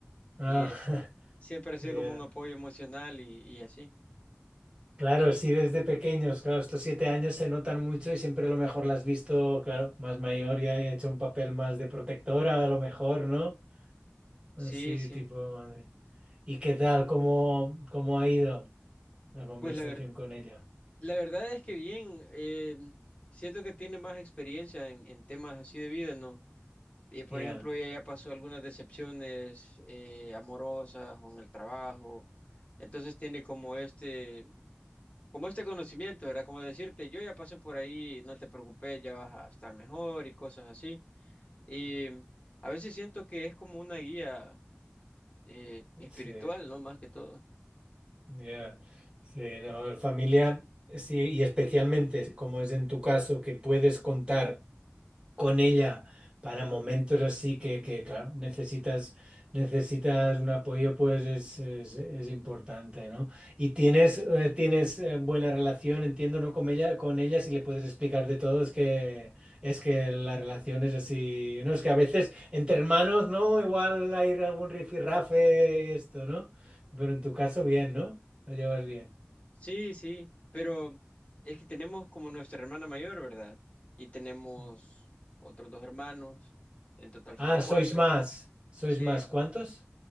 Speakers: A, on the right; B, on the left.
A: Ah,
B: y es,
A: <laughs>
B: siempre ha sido
A: ya.
B: como un apoyo emocional y, y así.
A: Claro, sí, desde pequeños, claro, estos siete años se notan mucho y siempre a lo mejor la has visto, claro, más mayor y ha hecho un papel más de protectora, a lo mejor, ¿no? Así,
B: Sí, sí.
A: tipo madre. ¿Y qué tal? ¿Cómo, cómo ha ido? una conversación
B: Pues la verdad.
A: con ella.
B: La verdad es que bien, eh, siento que tiene más experiencia en, en temas así de vida, ¿no? Eh, por
A: Ya,
B: ejemplo, ella ya pasó algunas decepciones eh, amorosas o en el trabajo, entonces tiene como este, como este conocimiento, ¿verdad? como decirte, yo ya pasé por ahí, no te preocupes, ya vas a estar mejor y cosas así. Y a veces siento que es como una guía eh, espiritual,
A: sí,
B: ¿no? Más que todo.
A: ya, sí, no, familia, sí, y especialmente como es en tu caso, que puedes contar. con ella para momentos así que, que, claro, necesitas, necesitas un apoyo, pues es, es- es importante, ¿no? Y tienes, eh, tienes eh, buena relación, entiendo, ¿no? Con ella, con ella, si le puedes explicar de todo, es que, es que la relación es así, ¿no? Es que a veces entre hermanos, ¿no? Igual hay algún rifirrafe y esto, ¿no? Pero en tu caso, bien, ¿no? Lo llevas bien.
B: Sí, sí, pero es que tenemos como nuestra hermana mayor, ¿verdad? Y tenemos
A: Mm.
B: otros dos hermanos, en total
A: Ah,
B: somos
A: sois
B: cuatro.
A: más. ¿Sois
B: Sí,
A: más? ¿Cuántos?